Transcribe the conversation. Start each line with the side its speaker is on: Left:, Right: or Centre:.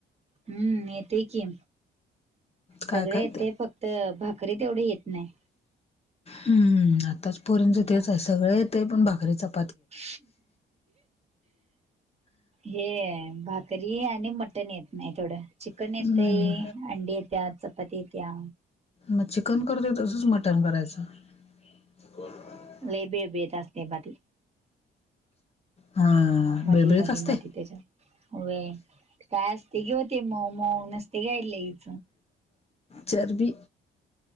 Right: हम्म येत की.
Left: काय
Right: सगळे
Left: काय
Right: येतंय
Left: ते
Right: फक्त भाकरी तेवढी येत नाही.
Left: हम्म आताच पोर्यंतच
Right: नाही
Left: तेच आहे सगळे येते पण भाकरी चप
Right: <unintelligible> हे भाकरी आणि मटण येत नाही थोडं. चिकन
Left: हम्म
Right: येतंय अंडी येत्यात चपाती येतीया.
Left: म चिकन करतोय तसंच मटण करायचं. <unintelligible>
Right: लई बिळबिळीतं असतंय बा ते.
Left: हा
Right: मधी
Left: बेळबेळीत
Right: मधी
Left: असते
Right: मधी त्याच्या व्हयं. काय असतंय की वो ते मऊ मऊ नसतंय काय लईच.
Left: चर्बी.